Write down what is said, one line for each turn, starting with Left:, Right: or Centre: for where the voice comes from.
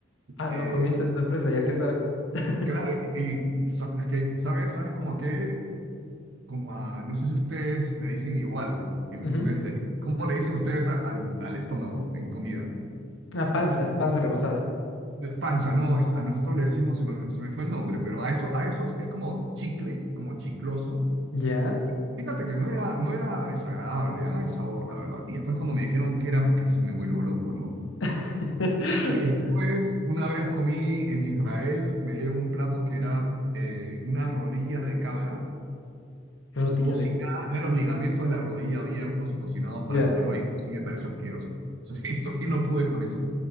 Left: Ah,
Right: Eh,
Left: lo comiste de sorpresa, ya que sabe. <laughs>
Right: claro, y, y sa- es que, ¿sabes? ¿Sabes cómo a qué? como a, no sé si ustedes le dicen igual, que le-
Left: Ujú.
Right: ustedes le dicen, ¿cómo le dicen ustedes a- al, al estómago en comida?
Left: Ah, panza, panza rebozada.
Right: Eh, Panza, no, es- a nosotros le decimos, se me, se me fue el nombre, pero a eso, a eso es como chicle, como chicloso.
Left: ¿Ya?
Right: Fíjate que no era, no era desagradable, ¿ah? El sabor, la verdad. Y después cuando me dijeron que era, casi me vuelvo loco, ¿no?
Left: <laughs>
Right: Y después, una vez comí en Israel, me dieron un plato que era eh, una rodilla de cabra
Left: Rodilla
Right: cocinada,
Left: de...
Right: eran los ligamentos de la rodilla abiertos y cocinados
Left: Ya.
Right: para comer hoy, sí me pareció asqueroso. Eso sí, <laughs> eso sí no pude con eso.